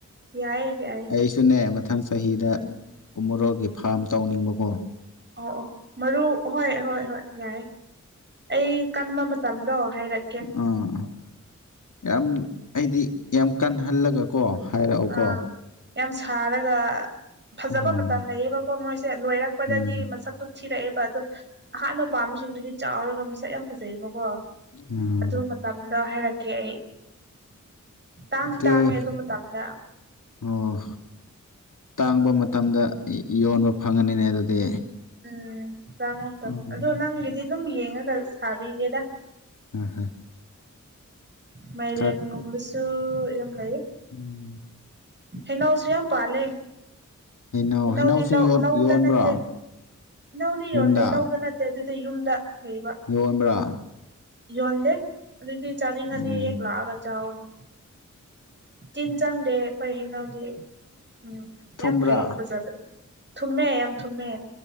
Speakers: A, on the right (about 35°); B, on the left (about 80°).
A: ꯌꯥꯏꯌꯦ ꯌꯥꯏꯌꯦ
B: ꯑꯩꯁꯨꯅꯦ ꯃꯊꯪ ꯆꯍꯤꯗꯥ
A: ꯎꯝ
B: ꯎꯃꯣꯔꯣꯛꯒꯤ ꯐꯥꯔꯝ ꯇꯧꯅꯤꯡꯕꯀꯣ
A: ꯑꯣ ꯑꯣ ꯃꯔꯨ ꯍꯣꯏ ꯍꯣꯏ ꯍꯣꯏ ꯌꯥꯏꯌ‌ꯦ ꯑꯩ ꯀꯟꯕ ꯃꯇꯝꯗꯣ ꯍꯥꯏꯔꯛꯀꯦ
B: ꯑꯥ ꯑꯥ ꯌꯥꯝ ꯑꯩꯗꯤ ꯌꯥꯝ ꯀꯟꯍꯜꯂꯒꯀꯣ ꯍꯥꯏꯔꯛꯎꯀꯣ
A: ꯑꯥ ꯌꯥꯝ ꯁꯥꯔꯒ ꯐꯖꯕ
B: ꯎꯝ
A: ꯃꯇꯝ ꯂꯩꯌꯦꯕꯀꯣ ꯃꯣꯏꯁꯦ ꯂꯣꯏꯔꯛꯄꯗꯗꯤ
B: ꯎꯝ
A: ꯃꯁꯛꯇꯨ ꯊꯤꯔꯛꯑꯦꯕ ꯑꯗꯣ ꯑꯍꯥꯟꯕ ꯄꯥꯝꯕꯁꯤꯡꯗꯨꯗꯤ ꯆꯥꯎꯔꯒ ꯃꯁꯛ ꯌꯥꯝ ꯐꯖꯩꯕꯀꯣ
B: ꯎꯝ
A: ꯑꯗꯨ ꯃꯇꯝꯗꯥ ꯍꯥꯏꯔꯛꯀꯦ ꯑꯩ ꯇꯥꯡꯗꯤ
B: ꯑꯗꯣ
A: ꯇꯥꯡꯉꯦ ꯑꯗꯨ ꯃꯇꯝꯗ
B: ꯑꯣ ꯇꯥꯡꯕ ꯃꯇꯝꯗ ꯌꯣꯟꯕ ꯐꯪꯉꯅꯤꯅꯦ ꯑꯗꯨꯗꯤ
A: ꯎꯝ ꯆꯥꯃꯛꯇ
B: ꯎꯝ
A: <unintelligible> ꯑꯗꯨ ꯅꯪꯒꯤꯗꯤ ꯑꯗꯨꯝ ꯌꯦꯡꯉꯒ ꯁꯥꯕꯤꯒꯦꯗ
B: ꯎꯝ ꯍꯣꯏ
A: ꯃꯥꯏꯔꯦꯟꯒꯨꯝꯕꯁꯨ
B: ꯈꯔ
A: ꯌꯥꯝ ꯂꯩꯏ
B: ꯎꯝ
A: ꯍꯩꯅꯧꯁꯨ ꯌꯥꯝ ꯄꯥꯂꯦ꯫
B: ꯍꯩꯅꯧ
A: ꯏꯩꯅꯧꯗꯤ
B: ꯍꯩꯅꯧꯁꯨ
A: ꯂꯧ
B: ꯌꯣꯟ
A: ꯂꯧꯗ
B: ꯌꯣꯟꯕ꯭ꯔꯣ
A: ꯅꯠꯇꯦ ꯏꯩꯅꯧꯗꯤ ꯌꯣꯟꯗꯦ
B: ꯌꯨꯝꯗ
A: ꯂꯧꯗ ꯅꯠ ꯑꯗꯨꯗꯤ ꯌꯨꯝꯗ ꯂꯩꯕ
B: ꯌꯣꯟꯕ꯭ꯔꯥ?
A: ꯌꯣꯟꯗꯦ ꯑꯗꯨꯗꯤ ꯆꯥꯅꯤꯡꯉꯗꯤ
B: ꯎꯝ
A: ꯍꯦꯛ ꯂꯥꯛꯑꯒ ꯆꯥꯎꯅꯥ꯫ ꯇꯤꯟ ꯆꯪꯗꯦ ꯑꯩꯈꯣꯏ ꯍꯩꯩꯅꯧꯗꯤ ꯎꯝ ꯌꯥꯝ
B: ꯊꯨꯝꯕ꯭ꯔꯥ
A: ꯐꯩ ꯐꯖꯕꯅꯤ꯫ ꯊꯨꯝꯃꯦ ꯌꯥꯝ ꯊꯨꯝꯃꯦ꯫